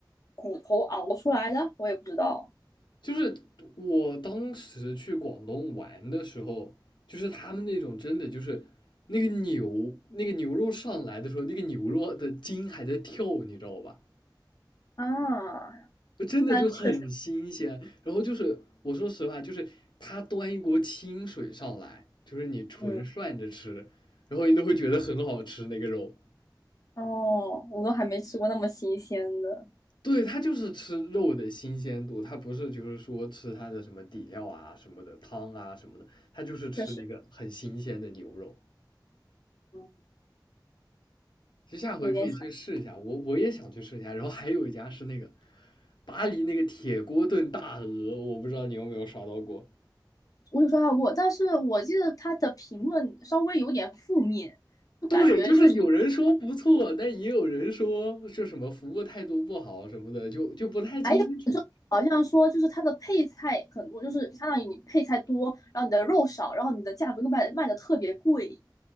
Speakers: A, on the left; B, on the left.
A: 骨头熬出来的？我也不知道
B: <laughs> 就是我当时去广东玩的时候，就是他们那种真的就是那个牛那个牛肉上来的时候，那个牛肉的筋还在跳，你知道吧？
A: 啊。
B: 真的就很新鲜。
A: 那确实，
B: 然后就是我说实话，就是他端一锅清水上来，就是你纯涮着吃，
A: 嗯，
B: 然后你都会觉得很好吃那个肉。
A: 哦，我都还没吃过那么新鲜的，
B: 对，他就是吃肉的新鲜度，他不是就是说吃它的什么底料啊、什么的汤啊什么的，他就是吃那个很新鲜的牛肉。
A: 确实，嗯，
B: 其实下回可以去试一下，
A: 有点。想。
B: 我我也想去试一下。然后还有一家是那个巴黎那个铁锅炖大鹅，我不知道你有没有刷到过。
A: 我有刷到过，但是我记得他的评论稍微有点负面，
B: <laughs>
A: 就感觉就是
B: 对，就是有人说不错，但也有人说就什么服务态度不好什么的，就就不太清楚。
A: 还有就好像说就是他的配菜很多，就是相当于你配菜多，然后你的肉少，然后你的价格就卖卖的特别贵。